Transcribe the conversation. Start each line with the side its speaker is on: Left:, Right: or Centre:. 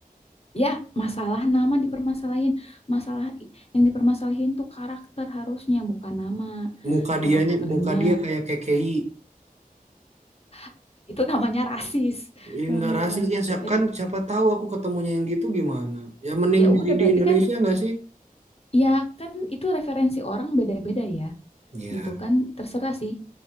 Left: ya masalah nama dipermasalahin masalah i- yang dipermasalahin tuh karakter harusnya bukan nama
Right: muka
Left: karakternya
Right: dianya muka dia kayak kekei,
Left: <laughs> itu namanya rasis
Right: Ih,
Left: eh
Right: nggak rasis ya siap
Left: ya,
Right: kan siapa tahu aku ketemunya yang gitu gimana? Ya mending
Left: ya
Right: nyari
Left: udah
Right: di
Left: berarti
Right: Indonesia
Left: kan
Right: nggak sih?
Left: ya kan itu referensi orang beda-beda ya
Right: Ya,
Left: gitu kan terserah sih